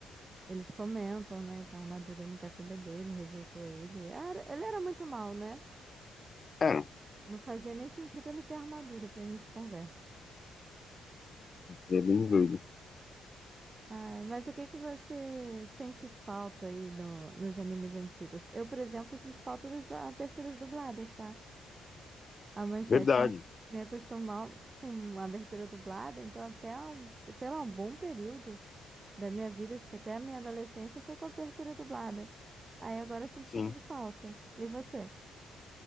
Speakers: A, on the right; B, on the left.
A: Eles comentam, né, que a armadura não quer saber dele, rejeitou ele. Era- Ele era muito mal, né?
B: Era,
A: Não fazia nem sentido ele ter armadura pra início de conversa.
B: é bem doido.
A: Ai, mas o que que você sente falta aí no- nos animes antigos? Eu, por exemplo, sinto falta das aberturas dubladas, tá? A Manchete
B: Verdade.
A: me, me acostumou com a abertura dublada, então até um, sei lá, um bom período da minha vida, acho que até a minha adolescência foi com a abertura dublada. Aí agora eu sinto
B: Sim.
A: um pouco de falta. E você?